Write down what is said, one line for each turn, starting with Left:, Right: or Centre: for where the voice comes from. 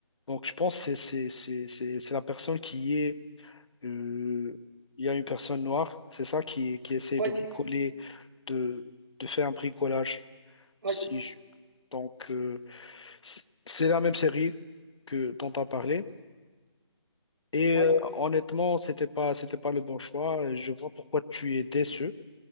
Left: Donc, je pense que c'est, c'est, c'est, c'est c'est la personne qui est. euh, il y a une personne noire, c'est ça, qui, qui essaie
Right: Oui,
Left: de bricoler de, de faire un bricolage.
Right: oui,
Left: Si je- Donc, euh, c- c'est la même série que dont tu as parlé. Et
Right: oui,
Left: euh, honnêtement, c'était pas, c'était pas le bon choix. Je vois pourquoi tu es déçu.